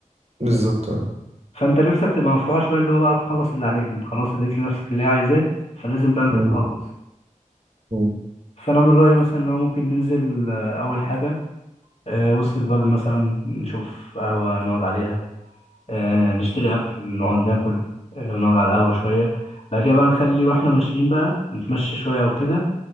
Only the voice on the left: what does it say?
فانت نفسك تبقى مفتوحه شويه اللي هو بقى تخلص اللي عليك انت خلاص اديت لنفسك اللي هي عايزاه فلازم بقى انت
تخلص
فانا من رايي مثلا اللي هو ممكن ننزل آه، اول حاجه آه، وسط البلد مثلا نشوف قهوه نقعد عليها آه، نشتري اكل نقعد ناكل آه، ونقعد على القهوه شويه بعد كده بقى نخلي واحنا ماشيين بقى نتمشى شويه او كده